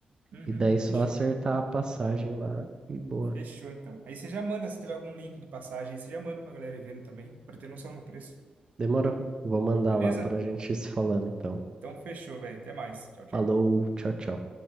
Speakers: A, on the right; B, on the right.
A: Uhum.
B: e daí só
A: Fechou.
B: acertar a passagem lá e boa.
A: Fechou, então. Aí você já manda, se tiver algum link de passagem, aí você já manda pra galera ir vendo também, pra ter noção do preço.
B: Demorou. Vou mandar
A: Beleza?
B: lá pra gente ir se falando, então.
A: Então, fechou, velho. Até mais. Tchau, tchau.
B: Falou, tchau, tchau.